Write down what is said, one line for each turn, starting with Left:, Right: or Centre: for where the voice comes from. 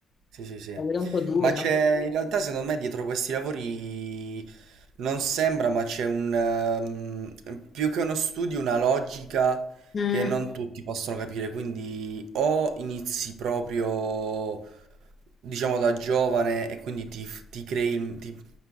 Right: sì, sì, sì.
Left: Davvero un po' dura.
Right: Ma c'è, in realtà secondo me dietro questi lavori non sembra, ma c'è un, ehm, più che uno studio, una logica
Left: Mm,
Right: che non tutti possono capire. Quindi o inizi proprio, diciamo, da giovane e quindi ti, ti crei, il- ti,